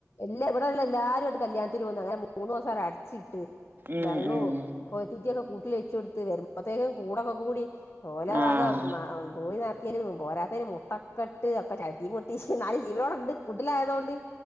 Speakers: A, on the left; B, on the right.
A: എല്ലാ ഇവിടെയുള്ള എല്ലാരുംമായിട്ട് കല്യാണത്തിന് പോന്ന് അങ്ങനെ മൂന്ന്ദിവസം അടച്ചിട്ട്
B: ഉം
A: വെള്ളവും
B: ഉം
A: കോഴിതീറ്റിയൊക്കെ കൂട്ട് വെച്ച് കൊടുത്ത് വന്നപ്പത്തേക്കും കൂടൊക്കെ കൂടി ഓലെ
B: ആഹ്
A: വക തൂറി നർക്കലും പോരാത്തതിന് മുട്ടൊക്കെ ഇട്ട് ഒക്കെ ചവിട്ടി പൊട്ടിച്ച് ന്നാലും ജീവനോട് ഉണ്ട് കുട്ടിലായതുകൊണ്ട്